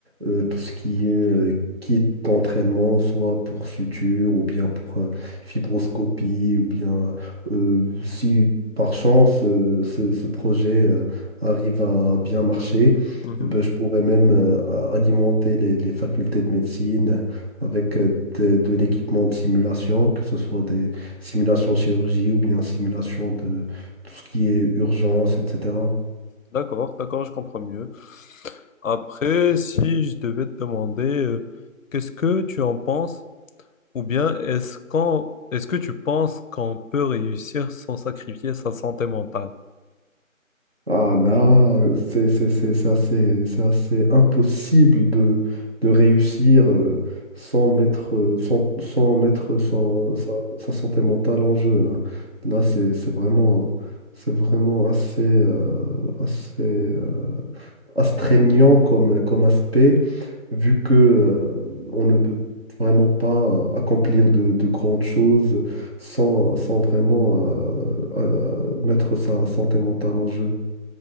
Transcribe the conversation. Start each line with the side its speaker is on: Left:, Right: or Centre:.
Right: euh, tout ce qui est euh, kit d'entraînement, soit pour suture ou bien pour euh, fibroscopie, ou bien euh, si par chance euh, ce, ce projet euh, arrive à bien marcher,
Left: Mhm.
Right: eh ben, je pourrais même euh, a- alimenter les, les facultés de médecine avec euh, de, de l'équipement de simulation, que ce soit des Simulation de chirurgie ou bien simulation de tout ce qui est urgence, etc.
Left: D'accord, d'accord, je comprends mieux. Après, si je devais te demander, euh, qu'est-ce que tu en penses? Ou bien est-ce qu'on, est-ce que tu penses qu'on peut réussir sans sacrifier sa santé mentale?
Right: Ah là, c'est c'est- c'est- c'est assez, c'est assez impossible de, de réussir euh, sans mettre, euh, sans, sans mettre son- sa, sa santé mentale en jeu. hein. Là, c'est c'est vraiment, c'est vraiment assez, euh, assez euh, astreignant comme, comme aspect. vu que euh, on ne peut vraiment pas euh, accomplir de, de grandes choses sans, sans vraiment euh, euh, mettre sa santé mentale en jeu.